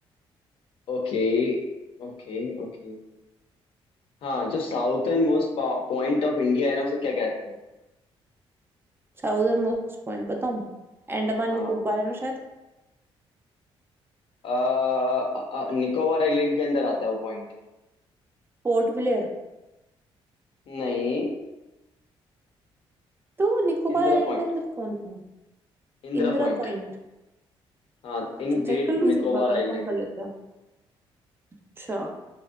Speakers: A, on the left (about 65°); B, on the right (about 20°).
A: Okay okay okay हाँ जो southernmost point of India है ना उसे क्या कहते हैं
B: साउदर्न मोस्ट पॉइंट बताऊं अंडमान
A: हाँ
B: निकोबार है ना शायद
A: हाँ निकोबार आइलैंड के अंदर आता है वो पॉइंट
B: Port Blair
A: नहीं
B: तो निकोबार
A: Indira
B: आइलैंड
A: point
B: के अंदर कौन था
A: Indira
B: इंदिरा
A: point
B: पॉइंट
A: हाँ in
B: अच्छा
A: great
B: चेक कर लूं
A: Nicobar
B: एक बार
A: island
B: कंफर्म कर लेते हैं अच्छा